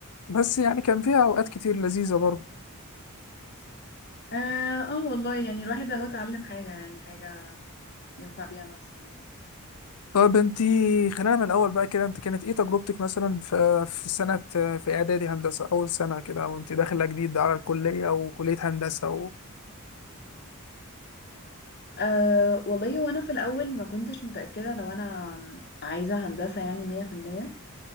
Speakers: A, on the left (about 85°); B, on the left (about 50°).
A: بس يعني كان فيها اوقات كتير لذيذة برضه
B: اه, اه والله يعني الواحد اهو اتعلم حاجة يعني حاجة ينفع بيها نفسه يعني
A: طب انت خلينا من الاول بقى كده انت كانت ايه تجربتك مثلا في في سنة في اعدادي هندسة اول سنة كده وانت داخلة جديد على الكلية وكلية هندسة و...
B: أه والله وانا في الاول ما كنتش متأكدة لو انا عايزة هندسة يعني مية في المية